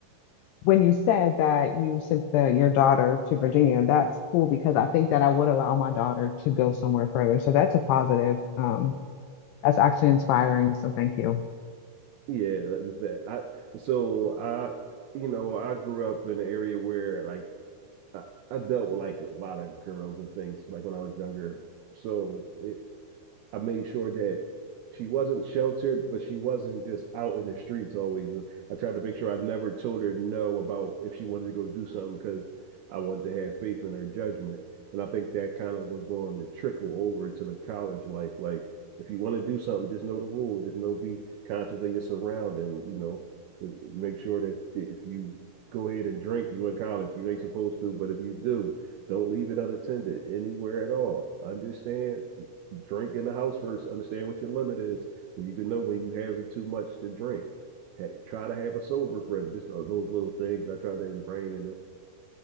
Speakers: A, on the left; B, on the right.
A: when you said that you sent the your daughter to Virginia, that's cool because I think that I would allow my daughter to go somewhere further. So that's a positive. Um, that's actually inspiring. So thank you.
B: Yeah, like that. I so I you know, I grew up in an area where like I, I dealt with like a lot of girls and things like when I was younger. So it, I made sure that she wasn't sheltered, but she wasn't just out in the streets always. I tried to make sure I never told her no about if she wanted to go do something because I wanted to have faith in her judgment. And I think that kind of was going to trickle over to the college life. Like, if you want to do something, just know the rules. Just know, be conscious of your surrounding. You know, make sure that if you go ahead and drink, you in college. You ain't supposed to, but if you do, don't leave it unattended anywhere at all. Understand? drink in the house first. Understand what your limit is, so you can know when you are having too much to drink. Hey, try to have a sober friend. Just uh, those little things I try to ingrain in her.